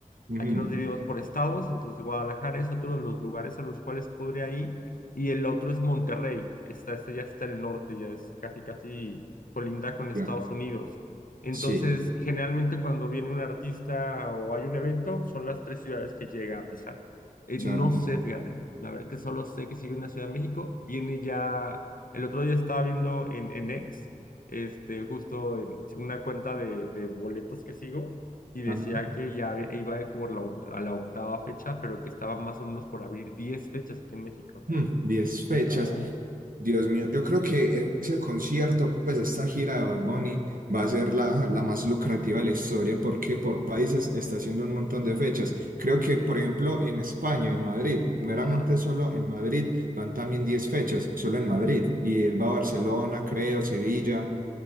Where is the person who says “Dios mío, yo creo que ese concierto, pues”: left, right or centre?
Right